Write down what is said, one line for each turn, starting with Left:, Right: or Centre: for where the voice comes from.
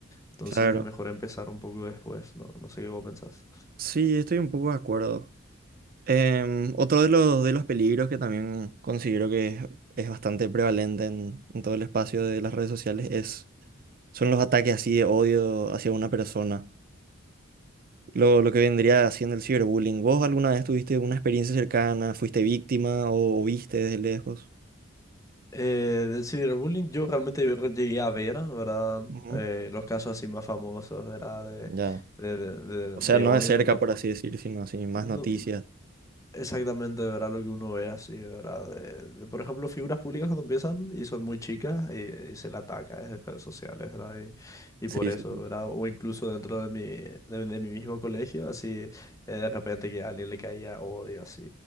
Left: Entonces
Right: Claro.
Left: es mejor empezar un poco después, ¿no? No sé qué vos pensás.
Right: Sí, estoy un poco de acuerdo. Em, otro de los, de los peligros que también considero que es, es bastante prevalente en, en todo el espacio de las redes sociales es, son los ataques así de odio hacia una persona. Lo, lo que vendría haciendo el ciberbullying. ¿Vos alguna vez tuviste una experiencia cercana? ¿Fuiste víctima o, o viste desde lejos?
Left: Eh, del ciberbullying yo realmente re- llegué a ver, ¿verdad?
Right: Ujú,
Left: Eh, los casos así más famosos, ¿verdad? De,
Right: Ya.
Left: de, de, de-
Right: O sea,
Left: de
Right: no
Left: odio
Right: de cerca,
Left: contra...
Right: por así decir, sino así, más
Left: No,
Right: noticias.
Left: exactamente, ¿verdad? Lo que uno ve así, ¿verdad? De, de, por ejemplo, figuras públicas cuando empiezan y son muy chicas y, y se le ataca desde redes sociales, ¿verdad? Y,
Right: Sí,
Left: y por eso,
Right: sí. sí.
Left: ¿verdad? O incluso dentro de mi, de, de mi mismo colegio, así, eh, de repente que a alguien le caía odio así